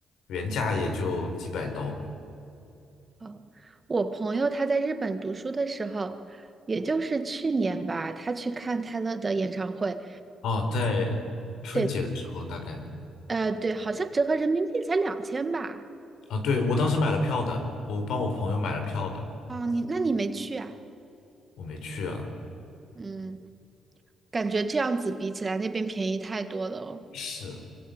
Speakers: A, on the left; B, on the right.
A: 原价也就几百刀吧。
B: 哦，我朋友他在日本读书的时候，也就是去年吧，他去看泰勒的演唱会，
A: 哦，在春节的时候大概
B: 对，呃，对，好像折合人民币才两千吧。
A: 啊，对，我当时买了票的，我帮我朋友买了票的，
B: 啊，你那你没去啊？
A: 我没去啊。
B: 嗯，感觉这样子比起来那边便宜太多了哦。
A: 是